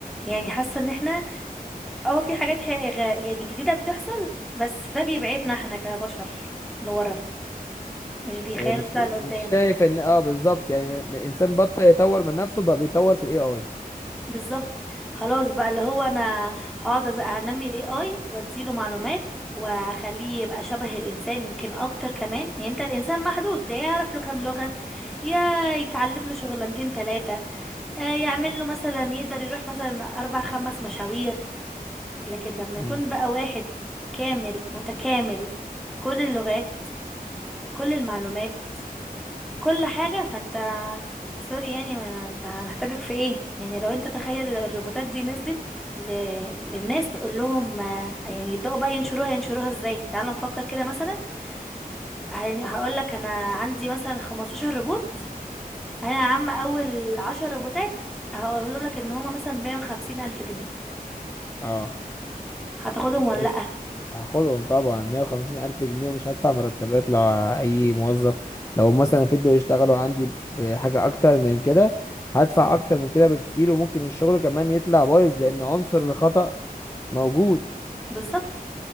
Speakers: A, in the centre; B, on the left.
A: يعني حاسة ان احنا اه في حاجات حقيقة يعني جديدة بتحصل بس ده بيبعدنا احنا كبشر لورا مش بيخلينا
B: آه، مش
A: نطلع لقدام
B: مش شايف ان اه بالظبط يعني م- انسان بطل يطور من نفسه بقى بيطور في الاي اي
A: بالظبط خلاص بقى اللي هو انا هقعد أز- هنمي الاي اي واديله معلومات واخليه يبقى شبه الانسان يمكن اكتر كمان يعني انت الانسان محدود لا يعرف له كام لغة يا يتعلم له شغلانتين تلاتة آه، يعمل له مثلا يقدر يروح مثلا اربع خمس مشاوير لكن لما
B: امم
A: يكون بقى واحد كامل متكامل كل اللغات كل المعلومات كل حاجة فانت سوري يعني ما ما انت هنحتاجك في ايه يعني لو انت تخيل الروبوتات دي نزلت ل... للناس تقول لهم آه، يعني يبدأوا بقى ينشروها ينشروها ازاي تعال نفكر كده مثلا ه... هقول لك انا عندي مثلا 15 روبوت انا يا عم اول 10 روبوتات هقولهم لك ان هما مثلا 150 الف جنيه
B: اه
A: هتاخدهم ولا
B: بس
A: لأ
B: هاخدهم طبعا 150 الف جنيه ومش هدفع مرتبات لاي موظف لو مثلا فضلوا يشتغلوا عندي بحاجه اكتر من كده هدفع اكتر من كده بكتير وممكن الشغل كمان يطلع بايظ لان عنصر الخطأ موجود
A: بالظبط